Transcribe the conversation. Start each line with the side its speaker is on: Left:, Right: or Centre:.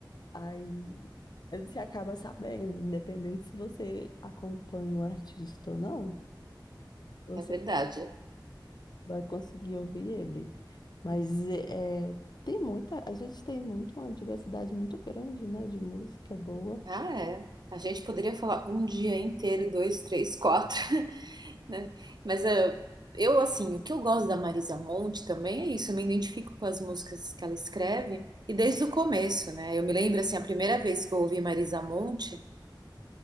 Left: Aí você acaba sabendo, independente se você acompanha o artista ou não. você
Right: <laughs> é verdade.
Left: vai conseguir ouvir ele. Mas é, é, tem muita, a gente tem muito uma diversidade muito grande, né, de música boa.
Right: Ah, é. A gente poderia falar um dia inteiro, dois, três, quatro. né? Mas eh, eu, assim, o que eu gosto da Marisa Monte também é isso, eu me identifico com as músicas que ela escreve, e desde o começo, né? Eu me lembro, assim, a primeira vez que eu ouvi Marisa Monte,